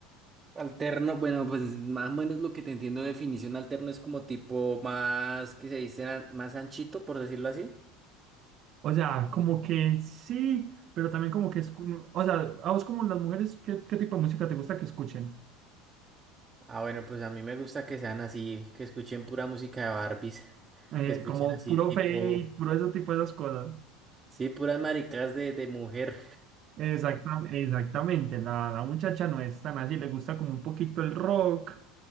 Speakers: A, on the right; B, on the right.
A: Alterno, bueno, pues más o menos lo que te entiendo de definición alterno es como tipo más, que se dice, an- más anchito, por decirlo así.
B: O sea, como que sí, pero también como que es. O sea, a vos como las mujeres, ¿qué, qué tipo de música te gusta que escuchen?
A: Ah, bueno, pues a mí me gusta que sean así, que escuchen pura música de Barbies,
B: Eh,
A: que escuchen
B: como
A: así
B: puro
A: tipo,
B: fake, puro ese tipo de esas cosas.
A: sí, puras maricas de, de mujer.
B: Exacta- exactamente, la, la muchacha no es tan así, le gusta como un poquito el rock,